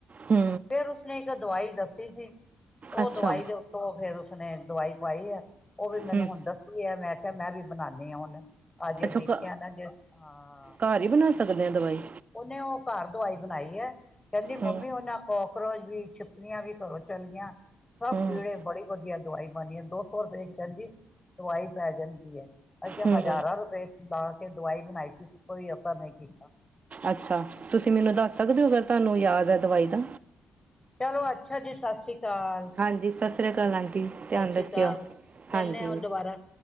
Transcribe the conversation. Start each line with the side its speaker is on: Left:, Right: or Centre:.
Right: ਹੂ
Left: ਫਿਰ ਉਸਨੇ ਇੱਕ ਦਵਾਈ ਦੱਸੀ ਸੀ। ਉਹ
Right: ਅੱਛਾ
Left: ਦਵਾਈ ਦੇ ਉੱਤੋਂ ਫੇਰ ਉਸਨੇ ਦਵਾਈ ਪਾਈ ਹੈ। ਉਹ ਵੀ ਮੈਨੂੰ
Right: ਹੂੰ
Left: ਹੁਣ ਦੱਸੀ ਹੈ ਮੈਂ ਕਿਹਾ, ਮੈਂ ਵੀ ਬਣਾਉਦੀ ਹਾਂ ਹੁਣ ਅਜੇ
Right: ਅੱਛਾ
Left: ਦੇਖਿਆ
Right: ਘ
Left: ਨਾ ਜੇ ਹਾਂ।
Right: ਘਰ ਹੀ ਬਣਾ ਸਕਦੇ ਹਾਂ ਦਵਾਈ।
Left: ਉਹਹਨੇ ਉਹ ਘਰ ਦਵਾਈ ਬਣਾਈ ਹੈ। ਕਹਿੰਦੀ ਮੰਮੀ
Right: ਹੂੰ
Left: ਉਹਨਾ ਕਾਕਰੋਚ ਵੀ ਛੁਪਕੀਲਆਂ ਵੀ ਕਰੋ ਚੱਲ ਗੀਆਂ। ਸਭ
Right: ਹੂੰ
Left: ਕੀੜੇ ਬੜੀ ਵਧੀਆ ਦਵਾਈ ਬਨੀਦੀ ਹੈ। ਦੋ ਸੌ ਰੁਪਏ 'ਚ ਕਹਿੰਦੀ ਦਵਾਈ ਪੈ ਜਾਂਦੀ ਹੈ। ਅੱਸੀ
Right: ਹੂੰ
Left: ਹਜ਼ਾਰਾਂ ਰੁਪਏ ਲਾ ਕੇ ਦਵਾਈ ਬਣਾਈ ਸੀ ਤੇ ਕੋਈ ਅਸਰ ਨਹੀ ਕੀਤਾ।
Right: ਅਛਾ। ਤੁਸੀ ਮੈਨੂੰ ਦੱਸ ਸਕਦੇ ਹੋ ਅਗਰ ਤੁਹਾਨੂੰ ਯਾਦ ਹੈ ਦਵਾਈ ਦਾ
Left: ਚਲੋ ਅਛਾ ਜੀ। ਸਤਿ ਸ੍ਰੀ ਅਕਾਲ।
Right: ਹਾਂਜੀ, ਸਤਿ ਸ਼੍ਰੀ ਅਕਾਲ ਆਂਟੀ। ਧਿਆਨ
Left: ਸਤਿ ਸ੍ਰੀ
Right: ਰੱਖਿਓ।
Left: ਅਕਾਲ ਮਿਲਣੇ
Right: ਹਾਂਜੀ।
Left: ਆ ਹੁਣ ਦੁਬਾਰਾ